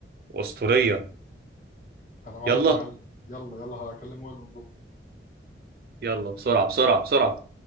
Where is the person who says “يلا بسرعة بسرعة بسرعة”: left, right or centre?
Right